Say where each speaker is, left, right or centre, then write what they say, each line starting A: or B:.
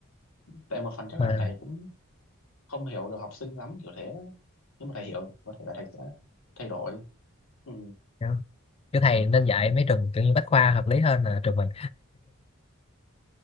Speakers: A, on the left (about 75°); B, on the left (about 25°).
A: tại một phần chắc
B: mà
A: là thầy cũng không hiểu được học sinh lắm kiểu thế đó. nếu mà thầy hiểu có thể là thầy sẽ thay đổi ừ.
B: kiểu, kiểu thầy nên dạy mấy trường kiểu như bách khoa hợp lý hơn là trường mình